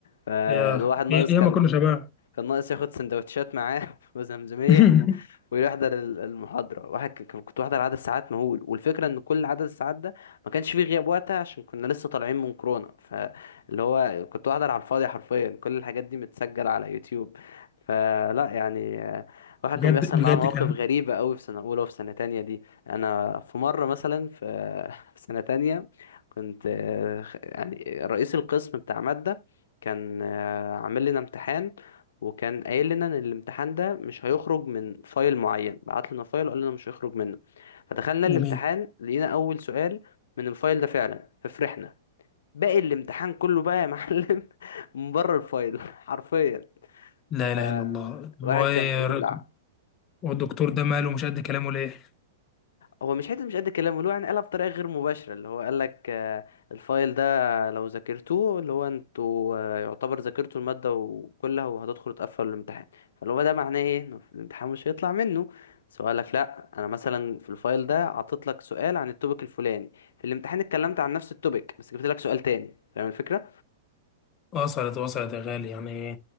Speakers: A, on the left; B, on the left.
A: فالواحد
B: يا
A: ناقص
B: يا يا
A: كان
B: ما كنا شباب
A: كان ناقص ياخد سندوتشات معاه <laughs> وزمزمية
B: <laughs>
A: ويحضر ال- المحاضرة واحد ك- ك- كنت بحضر عدد ساعات مهول والفكرة ان كل عدد الساعات ده ما كانش فيه غياب وقتها عشان كنا لسه طالعين من كورونا فاللي هو كنت بحضر على الفاضي حرفيا كل الحاجات دي متسجلة على يوتيوب فلا يعني آه، واحد
B: بجد
A: كان بيحصل
B: بجد
A: معاه مواقف
B: كان
A: غريبة قوي في سنة أولى وفي سنة تانية دي أنا في مرة مثلا في <laughs> في سنة تانية كنت آه، خ- يعني رئيس القسم بتاع مادة كان آه، عامل لنا امتحان وكان قايل لنا ان الامتحان ده مش هيخرج من فايل معين بعت لنا فايل وقال لنا مش هيخرج منه فدخلنا الامتحان
B: جميل
A: لقينا اول سؤال من الفايل ده فعلا ففرحنا باقي الامتحان كله بقى يا معلم <laughs> من بره الفايل حرفيا
B: لا اله
A: ف-
B: الا الله
A: واحد
B: هو
A: كان
B: إيه-
A: بيبلع
B: هو الدكتور ده ماله مش قد كلامه ليه
A: هو مش حته مش قد الكلام اللي هو يعني قالها بطريقه غير مباشره اللي هو قال لك آه، الفايل ده لو ذاكرتوه اللي هو انتوا آه، يعتبر ذاكرتوا الماده وكلها وهتدخلوا تقفلوا الامتحان فاللي هو ده معناه ايه انه الامتحان مش هيطلع منه سؤالك لا انا مثلا في الفايل ده عطيت لك سؤال عن التوبيك الفلاني في الامتحان اتكلمت عن نفس التوبيك بس جبت لك سؤال تاني فاهم الفكره
B: وصلت وصلت يا غالي يعني